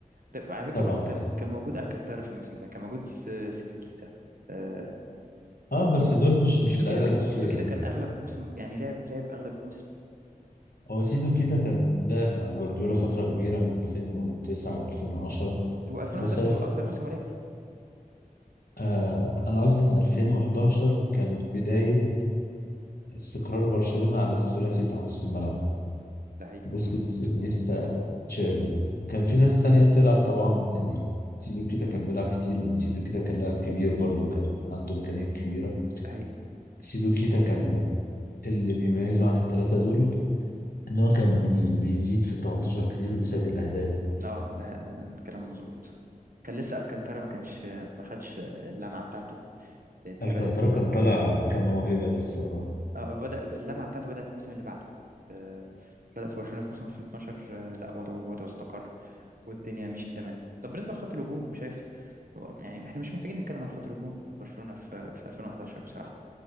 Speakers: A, on the right; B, on the left.
A: طب على فكرة
B: طبعا
A: برضو كان كان موجود الكانتارا في الموسم ده كان موجود س- سيدو كيتا آه،
B: اه بس دول مش مش
A: وسيدو
B: اللعيبة
A: كيتا ك-
B: الأساسية
A: وسيدو كيتا
B: يعني
A: كان اغلب الموسم يعني لعب لعب اغلب الموسم
B: هو سيدو كده كان لعب مع جوارديولا فترة كبيرة من 2009 و2010
A: هو 2011
B: بس ألف
A: هو اكتر موسم هو لعب فيه
B: آه أنا قصدي إن 2011 كانت بداية استقرار برشلونة على الثلاثي بتاع نص الملعب
A: ده حقيقي
B: بوسكيتس
A: مظبوط
B: انيستا تشافي كان في ناس تانية بتلعب طبعا يعني سيدو كيتا كان بيلعب كتير لأن سيدو كيتا كان لاعب كبير برضه كان عنده إمكانيات كبيرة
A: ده حقيقي
B: سيدو كيتا كان اللي بيميزه عن التلاتة دول إن هو كان بي بيزيد في ال 18 كتير وبيسجل أهداف
A: اه ده, ده كلام مظبوط كان لسه الكانتارا ما كانش ما خدش اللمعة بتاعته اللي
B: الكانترا
A: هي بدأت
B: كان طالع كموهبة لسه اه
A: اه بدأ اللمعة بتاعته بدأت الموسم اللي بعده آه، بدأ في برشلونة في موسم 2012 آه، لا وضعه وضعه استقر والدنيا مشيت تمام طب بالنسبة لخط الهجوم شايف هو يعني احنا مش محتاجين نتكلم عن خط الهجوم برشلونة في في 2011 بصراحة